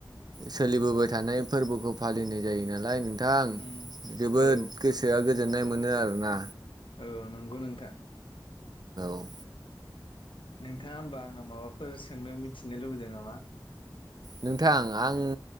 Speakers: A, on the right; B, on the left.
A: सोलिबोबाय थानाय फोरबोखौ फालिनाय जायो नालाय नोंथां।
B: उम
A: जोबोद
B: औ
A: गोसोआ गोजोननाय मोनो आरोना।
B: औ नंगौ नोंथां।
A: औ
B: नोंथाङा होमबा आंनाव माबाफोर सोंनो मिथिनो लुबैदों नामा
A: नोंथां आं